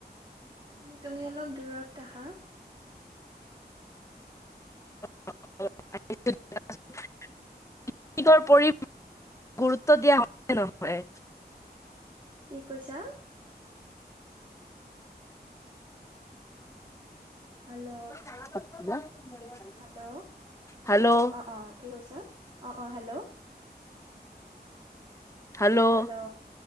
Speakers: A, on the right; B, on the left.
A: উম, তুমি অলপ দূৰত আহা,
B: <unintelligible> পিকনিকৰ পৰিৱেশ গুৰুত্ব দিয়া হয় নহয়?
A: কি কৈছা? হেল্লো
B: <unintelligible>
A: হেল্লো,
B: হেল্ল'
A: অ অ কি কৈছা? অ অ হেল্লো
B: হেল্ল'
A: হেল্লো,